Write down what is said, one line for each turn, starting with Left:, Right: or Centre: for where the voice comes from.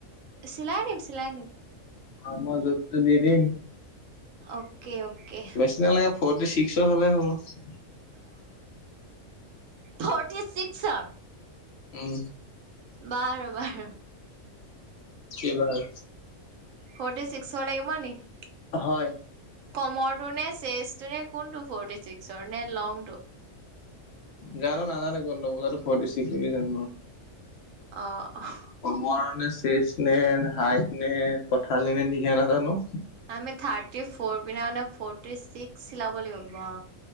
Right: চিলাদিম চিলাদিম
Left: অ মই জোখটো দি দিম।
Right: অ'কে অ'কে
Left: বেছি নালাগে ফৰটি ছিক্সৰ হলে হ'ব।
Right: ফৰ্টি ছিক্সৰ,
Left: উম।
Right: বাৰ বাৰ
Left: এইবাৰ
Right: ফটি চিক্স চল লাগিব নেকি?
Left: হয়।
Right: কমৰটো নে চেচটো নে কোনটো ফৰ্টি চিক্সৰ নে লংটো
Left: জানো নাজানো কোনটো ফৰটিষিক জান
Right: অ' অ'
Left: কমৰ নে চেচ নে হাইট নে পথালি নে দীঘ নাজানো
Right: আমি থাৰ্টি ফ পি মানে ফটি ছিক্স চিলাব লাগিব বা